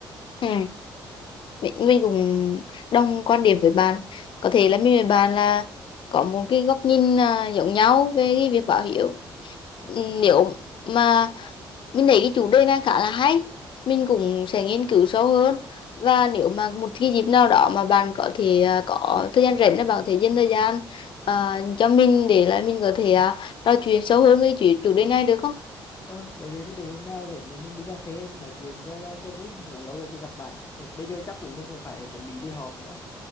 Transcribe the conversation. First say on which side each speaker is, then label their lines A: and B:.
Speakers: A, on the left; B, on the left.
A: Ừ. Mình, mình cũng đồng quan điểm với bạn có thể là mình với bạn là có một cái góc nhìn à, giống nhau về cái việc báo hiếu
B: Ừ.
A: Ừ, nếu mà mình thấy cái chủ đề này khá là hay mình cũng sẽ nghiên cứu sâu hơn và nếu mà một cái dịp nào đó mà bạn có thể à, có thời gian rảnh là bạn có thể dành thời gian à, cho mình để là mình có thể à, trò chuyện sâu hơn với chủ, chủ đề này được không?
B: Ờ, vậy vậy thì để hôm nào rảnh thì mình đi cà phê mình nói chuyện cho cho cho vui cũng lâu rồi chưa gặp bạn Thì bây giờ chắc cũng mình cũng phải chuẩn bị đi họp nữa